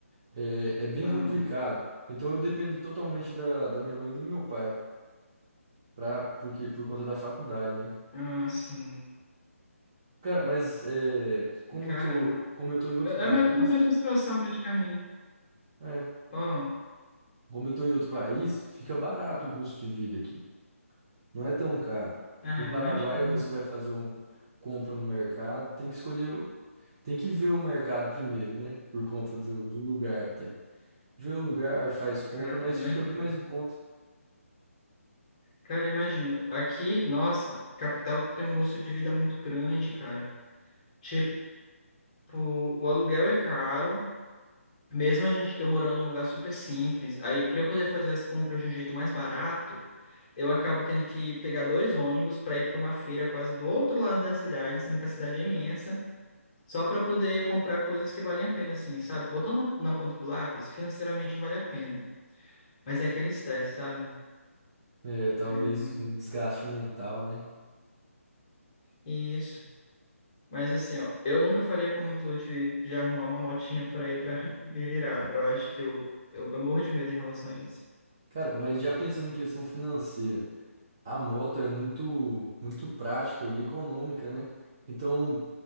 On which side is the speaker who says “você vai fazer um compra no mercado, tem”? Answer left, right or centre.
Right